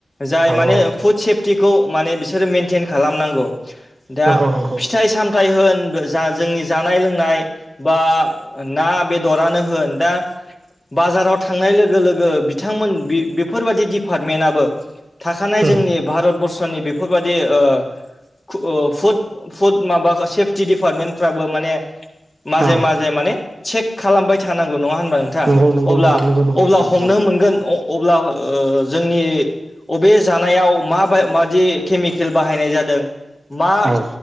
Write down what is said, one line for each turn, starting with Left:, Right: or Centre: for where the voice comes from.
Left: जाय माने
Right: औ
Left: फुड सेफटिखौ माने बिसोरो मेनटेन खालामनांगौ। दा
Right: नंगौ नंगौ
Left: फिथाइ सामथाइ होन जा जोंनि जानाय लोंनाय बा ना बेदरानो होन दा बाजाराव थांनाय लोगो लोगो बिथांमोन बि-बिफोरबदि डिपार्टमेन्टआबो थाखानाय
Right: उम
Left: जोंनि भारत बरर्सनि बेफोरबायदि ओ खु ओ फुद फुद माबा सेफटि डिपार्टमेन्टफ्राबो माने माजे
Right: औ
Left: माजे माने चेक खालामबाय थानांगौ नङा होनबा नोंथां?
Right: नंगौ
Left: अब्ला
Right: नंगौ नंगौ नंगौ नंगौ नोंथां
Left: अब्ला हमनो मोनगोन अब्ला ओ जोंनि अबे जानायाव मा मायदि केमिकेल बाहायनाय जादों मा
Right: औ